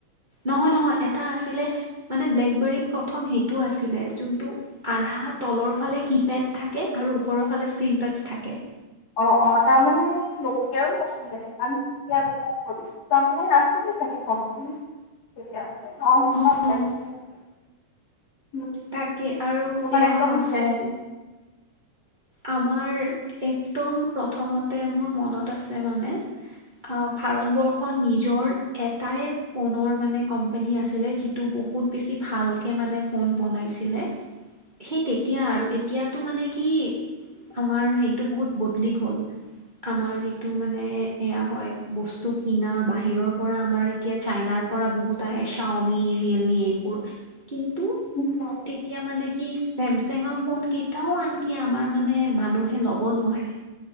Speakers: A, on the right; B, on the left.
A: নহয়-নহয় এটা আছিলে মানে ব্লেকবেৰী প্ৰথম সেইটো আছিলে, যোনটো আধা তলৰ ফালে কিপেড থাকে, আৰু ওপৰৰ ফালে স্ক্ৰীণ টাচ থাকে।
B: অ', অ', তাৰমানে নকীয়াৰোঁ আছিলে, আমি বেয়া কৰিছে। তাৰমানে আছিলে চাগে কোম্পানী <inaudible>
A: অ',
B: উ,
A: তাকে আৰু
B: সেইটো মানে
A: এয়াও
B: একদম
A: আছিলে
B: ফে
A: আমাৰ একদম প্ৰথমতে মোৰ মনত আছে মানে। আহ, ভাৰতবৰ্ষত নিজৰ এটাই ফোনৰ মানে কোম্পোনী আছিলে। যিটো বহুত বেছি ভালকৈ মানে ফোন বনাইছিলে সেই তেতিয়া আৰু। এতিয়াতটো মানে কি? আমাৰ সেইটো বহুত বদলি গ'ল। আমাৰ যিটো মানে এয়া হয়, বস্তু কিনা বাহিৰৰ পৰা আমাৰ এতিয়া চাইনাৰ পৰা বহুত আহে। শ্বাওমি, ৰিয়েলমি এইবোৰ কিন্তু
B: উম, হয়।
A: তেতিয়া মানে কি চেমচাঙৰ ফোন কেইটাও আনকি আমাৰ মানে মানুহে ল'ব নোৱাৰে।